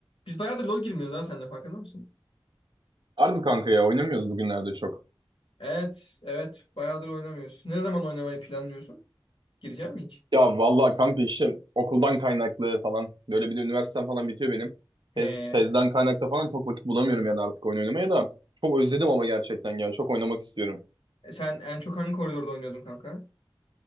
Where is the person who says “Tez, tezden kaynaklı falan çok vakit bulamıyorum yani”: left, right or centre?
Right